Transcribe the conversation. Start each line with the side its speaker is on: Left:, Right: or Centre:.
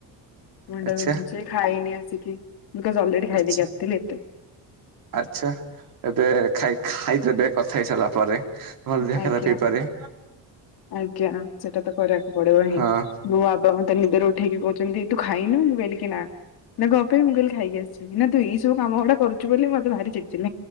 Left: ମୁଣ୍ଡ
Right: ଆଚ୍ଛା
Left: ବିନ୍ଧୁଚି ଖାଇନି ଆସିକି ମୁତ ଅଲ୍ ରେଡି ଖାଇଦେଇକି
Right: ଆଚ୍ଛା
Left: ଆସିଥିଲି ଏତେ।
Right: ଆଚ୍ଛା ଏବେ ଖାଇ ଖାଇଦେବେ କଥା ହେଇ ସାରିଲା ପରେ ନହେଲେ ଦେହ
Left: ଆଜ୍ଞା
Right: ଖରାପ ହେଇପାରେ।
Left: ଆଜ୍ଞା ସେଟା ତ କରିବାକୁ ପଡିବ ହିଁ
Right: ହଁ
Left: ନୁଆ ବାବା ମତେ ନିଦରୁ ଉଠେଇକି କହୁଛନ୍ତି ତୁ ଖାଇନୁ ମୁଁ କହିଲି କି ନା ନା କଣ ପାଇଁ ମୁଁ କିହିଲି ଖାଇକି ଆସିଛି ନା ତୁ ଏଇ ସବୁ କାମ ଗୁଡା କରୁ ଚୁ ବୋଲି ମତେ ଭାରି ଚିଡି ଚିଡି